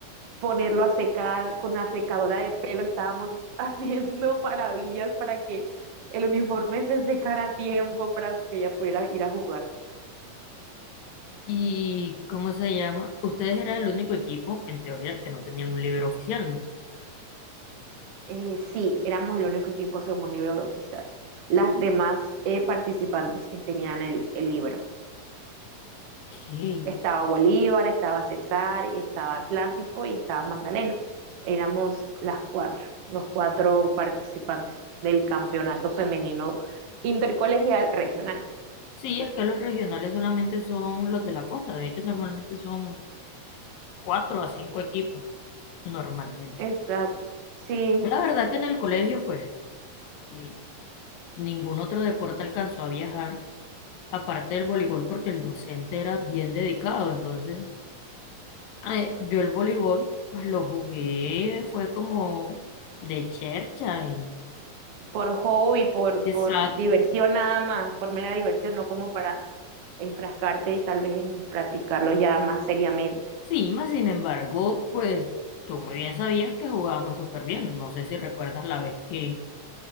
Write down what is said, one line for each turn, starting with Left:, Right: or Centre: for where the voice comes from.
Right: ponerlo a secar con la secadora de pelo, estábamos haciendo <laughs> maravillas para que el uniforme se secara a tiempo para que ella pudiera ir a jugar.
Left: ¿Y cómo se llama? Ustedes eran el único equipo, en teoría, que no tenían un líder oficial, ¿no?
Right: Eh, sí, éramos el único equipo según libro oficial. Las demás eh, participantes sí tenían el, el libro.
Left: ¿Qué?
Right: Estaba Bolívar, estaba César, y estaba Atlántico y estaba Magdalena. Éramos las cuatro, los cuatro participantes del campeonato femenino intercolegial regional.
Left: Sí, es que los regionales solamente son los de la costa. De hecho, normalmente son cuatro a cinco equipos, normalmente.
Right: Exacto. Sí,
Left: La verdad que en el colegio, pues, mm, ningún otro deporte alcanzó a viajar, aparte del voleibol, porque el docente era bien dedicado. Entonces, eh, yo el voleibol, pues lo jugué, fue como de chercha. y-
Right: por hobby, por,
Left: Exacto.
Right: por diversión nada más, por mera diversión, no como para enfrascarte tal vez en practicarlo ya más seriamente.
Left: Sí, más sin embargo, pues tú muy bien sabías que jugábamos súper bien. No sé si recuerdas la vez que,